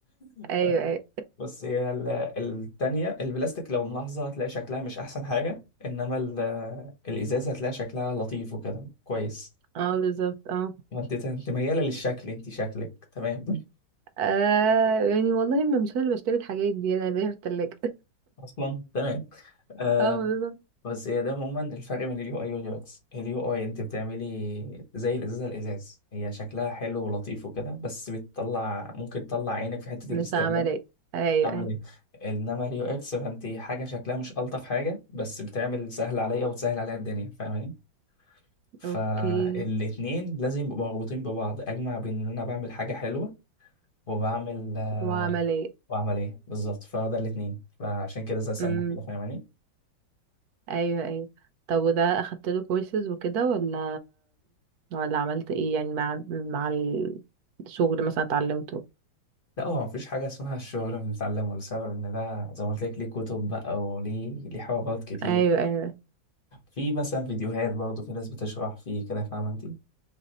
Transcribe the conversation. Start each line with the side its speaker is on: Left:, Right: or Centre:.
Left: <laughs>
Right: ايوه ايوه
Left: بس هي ال- التانية البلاستيك لو ملاحظة هتلاقي شكلها مش أحسن حاجة إنما ال- الإزازة هتلاقي شكلها لطيف وكده كويس
Right: اه بالظبط اه
Left: ما أنت أنت ميالة للشكل أنت شكلك تمام
Right: آه يعني والله ما مش انا اللي بشتري الحاجات دي انا بلاقيها في التلاجة
Left: <laughs> أصلا تمام آه،
Right: اه بالظبط
Left: بس هي ده عموما الفرق بين اليو اي واليو اكس اليو اي انت بتعملي زي الازازه الازاز هي شكلها حلو ولطيف وكده بس بتطلع ممكن تطلع عينك في حته
Right: مش
Left: الاستخدام
Right: عملية ايوه
Left: تعمل
Right: ايوه
Left: ايه انما اليو اكس فانت حاجه شكلها مش الطف حاجه بس بتعمل سهل عليا وتسهل عليا الدنيا فاهماني فالاتنين
Right: اوكي
Left: لازم يبقوا مربوطين ببعض اجمع بين ان انا بعمل حاجه حلوه وبعمل آه،
Right: وعملية
Left: وعمليه بالظبط فده الاتنين فعشان كده زي سموه
Right: امم
Left: كده فاهماني
Right: ايوه ايوه طب وده اخدت له كورسز وكده ولا ولا عملت ايه يعني مع مع الشغل مثلا اتعلمته
Left: لا هو مفيش حاجة اسمها الشغل بنتعلمه لسبب إن ده زي ما قلت لك ليه كتب بقى وليه ليه حوارات كتير
Right: ايوه ايوه
Left: في مثلا فيديوهات برضه في ناس بتشرح فيه كده فاهمة أنت